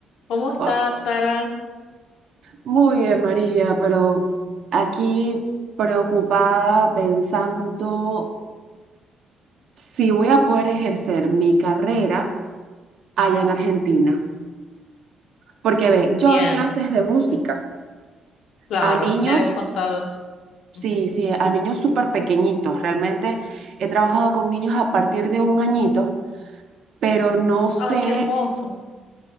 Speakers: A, on the left; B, on the right.
A: ¿Cómo estás,
B: Oh,
A: Sara?
B: muy bien, María, pero aquí preocupada pensando si voy a poder ejercer mi carrera allá en Argentina. Porque ve,
A: Bien.
B: yo doy clases de música
A: Ujú. Claro,
B: a niños,
A: me habías contado eso.
B: sí,
A: Ujú.
B: sí, a niños súper pequeñitos. Realmente he trabajado con niños a partir de un añito, pero no sé,
A: Ay, qué hermoso.